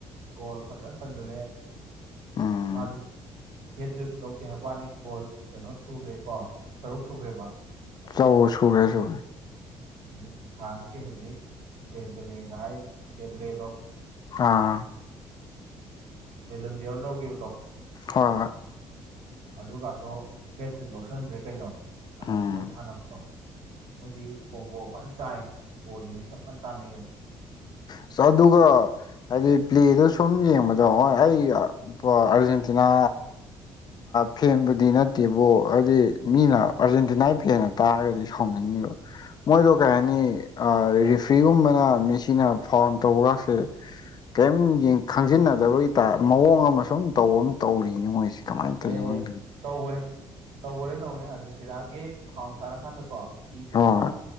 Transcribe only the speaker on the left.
ꯎꯝ
ꯇꯧ ꯁꯧꯒ꯭ꯔꯦ
ꯁꯧꯒ꯭ꯔꯦ
ꯑꯥ
ꯍꯣꯏ ꯍꯣꯏ
ꯎꯝ
ꯑꯁ ꯑꯗꯨꯒ ꯍꯥꯏꯗꯤ ꯄ꯭ꯂꯦꯗ ꯁꯨꯝ ꯌꯦꯡꯕꯗ ꯍꫭꯏ ꯑꯩ ꯑꯥꯔꯖꯦꯟꯇꯤꯅꯥ ꯐꯦꯟꯕꯨꯗꯤ ꯅꯠꯇꯦꯕꯣ ꯑꯗꯨꯗꯤ ꯃꯤꯅ ꯑꯥꯔꯖꯦꯟꯇꯤꯅꯥꯒꯤ ꯐꯦꯟꯅ ꯇꯥꯔꯒꯗꯤ ꯁꯥꯎꯅꯤꯡꯉꯦꯕ ꯃꯣꯏꯗꯣ ꯀꯩ ꯍꯥꯏꯅꯤ
ꯔꯤꯐ꯭ꯔꯤꯒꯨꯝꯕꯅ ꯃꯤꯁꯤꯅ ꯐꯥꯎꯟ ꯇꯧꯕꯒꯁꯦ ꯀꯩꯝ ꯈꯪꯖꯤꯟꯅꯗꯕꯒꯤ ꯇ ꯃꯑꯣꯡ ꯑꯃ ꯁꯨꯝ ꯇꯧ ꯑꯃ ꯇꯧꯔꯤꯅꯤ ꯃꯣꯏꯁꯦ ꯀꯃꯥꯏꯅ ꯊꯧꯅꯣ
ꯍꯣꯏ ꯍꯣꯏ